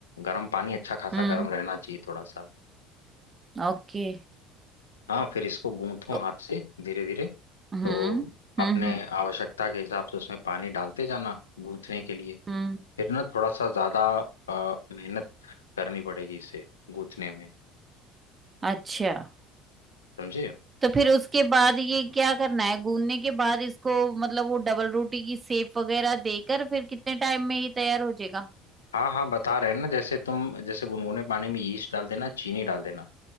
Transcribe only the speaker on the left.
गर्म पानी अच्छा खासा
गर्म रहना चाहिए थोड़ा सा
हाँ फिर इसको गूंथो
हाथ से धीरे धीरे
तो
अपने
आवश्यकता के हिसाब से उसमें पानी डालते जाना गूंथने के लिए
फिर ना थोड़ा सा ज्यादा अ, मेहनत करनी पड़ेगी इसे गूंथने में
समझे
हाँ हाँ बता रहे हैं ना जैसे तुम जैसे गुनगुने पानी में यीस्ट डाल देना चीनी डाल देना